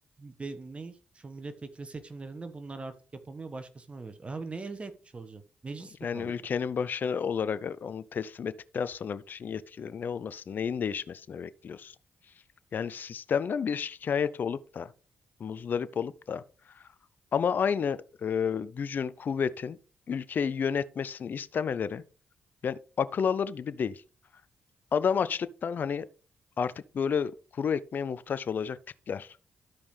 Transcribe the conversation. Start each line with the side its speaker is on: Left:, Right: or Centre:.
Right: be- ne şu milletvekili seçimlerinde bunlar artık yapamıyor başkasına oy verecek. Abi ne elde etmiş olacağım? Meclis
Left: Yani
Right: mi kaldı
Left: ülkenin
Right: orada?
Left: başkanı olarak onu teslim ettikten sonra bütün yetkileri ne olmasın, neyin değişmesini bekliyorsun? Yani sistemden bir şikayet olup da, muzdarip olup da ama aynı e, gücün, kuvvetin ülkeyi yönetmesini istemeleri yani akıl alır gibi değil. Adam açlıktan hani artık böyle kuru ekmeğe muhtaç olacak tipler.